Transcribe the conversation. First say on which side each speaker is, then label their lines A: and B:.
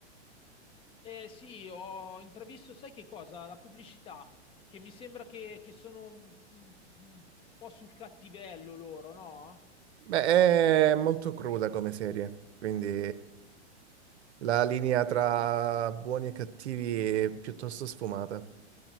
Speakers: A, on the left; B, on the right.
A: eh, sì, ho intravisto, sai che cosa? La pubblicità, che mi sembra che, che sono un, un- un po' sul cattivello loro, no?
B: Beh, è molto cruda come serie, quindi... La linea tra buoni e cattivi è piuttosto sfumata.